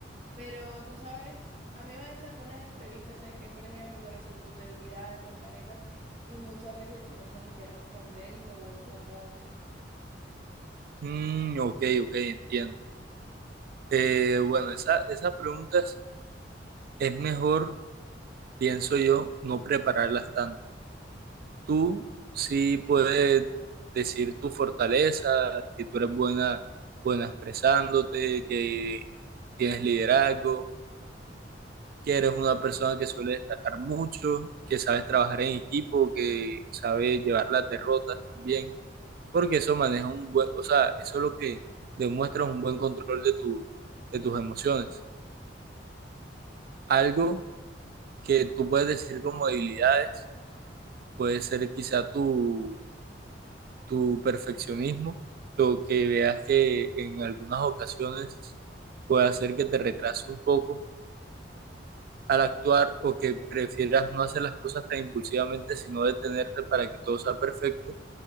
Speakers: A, on the right; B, on the right.
A: Pero tú sabes, a mí me han hecho algunas entrevistas de que, por ejemplo, cuáles son tus debilidades, fortalezas, y muchas veces yo no sé ni qué responder y me vuelvo un ocho.
B: Mm, ok, ok, entiendo. Eh, bueno, esa, esas preguntas es mejor, pienso yo, no prepararlas tanto. Tú sí puedes decir tu fortaleza, que tú eres buena, buena expresándote, que tienes liderazgo que eres una persona que suele destacar mucho, que sabes trabajar en equipo, que sabes llevar las derrotas también, porque eso maneja un buen, o sea, eso es lo que demuestra un buen control de tu, de tus emociones. Algo que tú puedes decir como debilidades puede ser quizá tu, tu perfeccionismo, lo que veas que en algunas ocasiones puede hacer que te retrase un poco al actuar o que prefieras no hacer las cosas tan impulsivamente, sino detenerte para que todo sea perfecto,